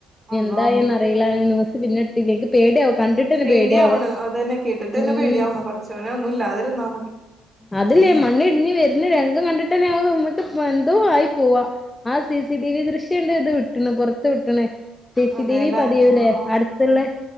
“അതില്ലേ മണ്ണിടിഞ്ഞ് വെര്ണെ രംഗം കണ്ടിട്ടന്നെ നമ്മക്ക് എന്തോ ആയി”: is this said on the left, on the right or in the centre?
Left